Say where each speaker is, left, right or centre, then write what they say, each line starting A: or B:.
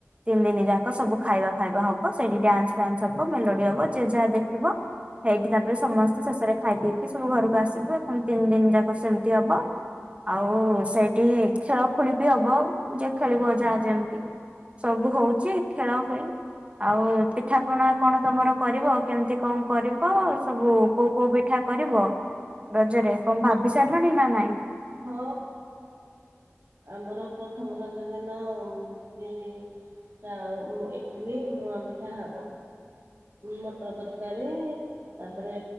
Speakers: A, on the right; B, on the right.
A: ତିନି ଦିନି ଯାକ ସବୁ। ଖାଇବା ଫାଇବା ହବ ସେଇଟି ଡ୍ୟାନ୍ସ ଫ୍ୟାନ୍ସ ହବ ମେଲୋଡି ହବ ଯେ ଯା ଦେଖିବ। ହେଇଟି ତାପରେ ସମସ୍ତେ ଶେଷରେ ଖାଇ ପିଇକି ସବୁ ଘରକୁ ଆସିବେ ପୁଣି ତିନି ଦିନି ଯାକ ସେମିତି ହବ। ଆଉ ସେଇଠି ହିଁ ଖେଳ ଖେଳି ବି ହବ ଯେ ଖେଳିବ ଯାହା ଯେମିତି। ସବୁ ହଉଚି ଖେଳ ଖେଳି। ଆଉ ପିଠା ପଣା କଣ ତମର କରିବ କେମିତି କଣ କରିବ ସବୁ। କୋଉ କୋଉ ପିଠା କରିବ ରଜରେ କଣ ଭାବି ସାରିଲଣି ନା ନାଇଁ।
B: ହଁ। ଆମର ପ୍ରଥମ ଯେଉଦିନ ବିରି ଚାଉଳ ଇଟଲି ମୁଆ ପିଠା ହବ। ମଟର ତରକାରୀ। ତାପରେ